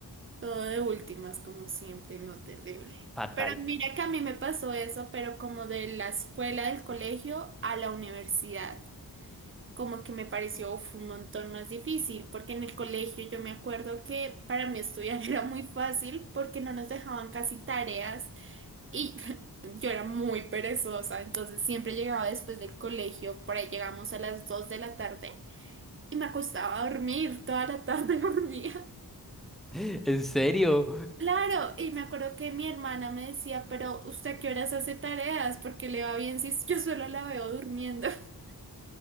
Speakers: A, on the right; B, in the centre.
A: Todo de últimas, como siempre, no terrible.
B: Fatal.
A: Pero mira que a mí me pasó eso, pero como de la escuela, del colegio a la universidad. Como que me pareció uf, un montón más difícil, porque en el colegio yo me acuerdo que para mí estudiar <laughs> era muy fácil porque no nos dejaban casi tareas. Y <laughs> yo era muy perezosa, entonces siempre llegaba después del colegio, por ahí llegamos a las 2 de la tarde y me acostaba a dormir, toda la tarde <laughs> dormía.
B: <laughs> ¿En serio?
A: Claro, y me acuerdo que mi hermana me decía, pero ¿usted a qué horas hace tareas? Porque le va bien si yo solo la veo durmiendo. <laughs>